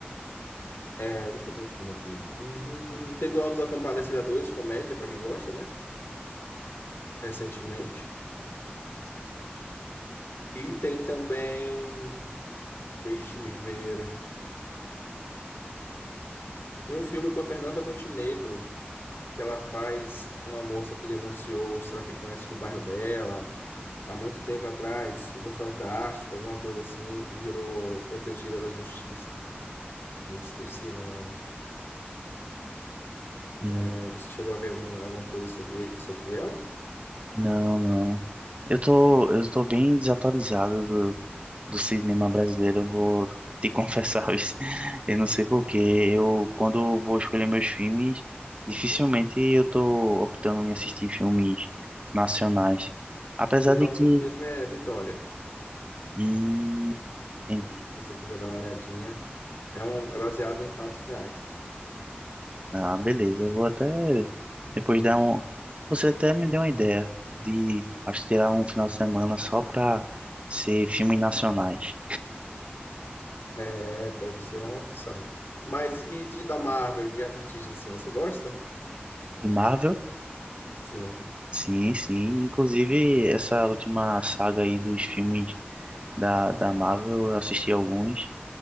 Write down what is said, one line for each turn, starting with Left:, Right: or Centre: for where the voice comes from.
Left: é, deixa eu ver um filme aqui. Uhum, uhum. Teve o Auto da Compadecida 2, comédia, pra quem gosta, né? Recentemente. E tem também. Deixe-me ver. Tem um filme com a Fernanda Montenegro, que ela faz uma moça que denunciou os traficantes do bairro dela há muito tempo atrás, no Fantástico, alguma coisa assim, e virou protegida da justiça. Eu esqueci o nome.
Right: Hum,
Left: Ah, você chegou a ver algum- alguma coisa sobre, sobre ela?
Right: Não, não. Eu tô, eu tô bem desatualizado do cinema brasileiro, eu vou te confessar, <laughs> isso. eu não sei por quê. Eu, quando eu vou escolher meus filmes, dificilmente eu tô optando em assistir filmes nacionais. Apesar
Left: O
Right: de
Left: nome
Right: que.
Left: do filme é Vitória.
Right: Hum, entendi.
Left: Se você quiser dar uma olhadinha, é, um, é baseado em fatos reais.
Right: Ah, beleza. Eu vou até depois dar um. Você até me deu uma ideia de acho que tirar um final de semana só pra ser filmes nacionais.
Left: É, pode ser uma opção. Mas e de, da Marvel, de artistas assim, você gosta?
Right: De Marvel?
Left: Sim.
Right: Sim, sim. Inclusive, essa última saga aí dos filmes da, da Marvel, eu assisti alguns.